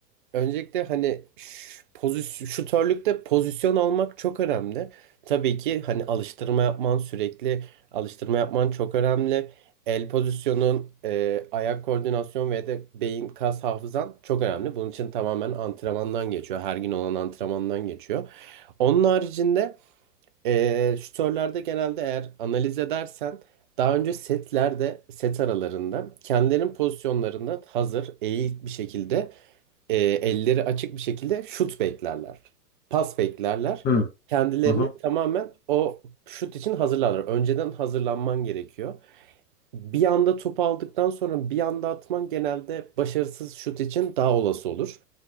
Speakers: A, on the right (about 35°); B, on the left (about 20°).
A: Öncelikle hani ş- pozisyon, şutörlükte pozisyon almak çok önemli. Tabii ki hani alıştırma yapman sürekli alıştırma yapman çok önemli. El pozisyonun, e, ayak koordinasyon ve de beyin kas hafızan çok önemli. Bunun için tamamen antrenmandan geçiyor. Her gün olan antrenmandan geçiyor. Onun haricinde e, şutörlerde genelde eğer analiz edersen daha önce setlerde set aralarında kendilerinin pozisyonlarında hazır eğik bir şekilde e, elleri açık bir şekilde şut beklerler. Pas beklerler.
B: Hı
A: Kendilerini
B: hı. hı.
A: tamamen o şut için hazırlarlar. Önceden hazırlanman gerekiyor. Bir anda top aldıktan sonra bir anda atman genelde başarısız şut için daha olası olur.